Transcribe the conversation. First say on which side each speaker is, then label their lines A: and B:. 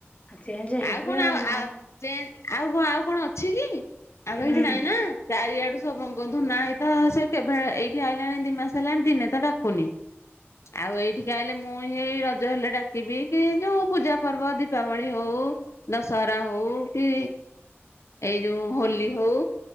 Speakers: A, on the left; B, on the left.
A: ଆଉ ଚେଞ୍ଜ ହେବେ
B: ଆଉ କ'ଣ ଆଉ
A: ମା
B: ଆଉ ଚେଁ ଆଉ କ'ଣ ଆଉ କ'ଣ ଅଛି କି ଆଉ ତ
A: ହୁଁ
B: କିଛି ନାହିଁ ନା। ଚାରିଆଡୁ <inaudible> ସେ କେବେ ଏଇଠି ଆଇଲାଣି ଦି ମାସେ ହେଲାଣି ଦିନେ ତ ଡାକୁନି। ଆଉ ଏଇଠିକି ଆଇଲେ ମୁଁହିଁ ରଜ ହେଲେ ଡାକିବି କି ଯୋଉ ପୂଜା ପର୍ବ ଦୀପାବଳି ହଉ ଦଶହରା ହଉ କି ଏଇ ଯୋଉ ହୋଲି ହଉ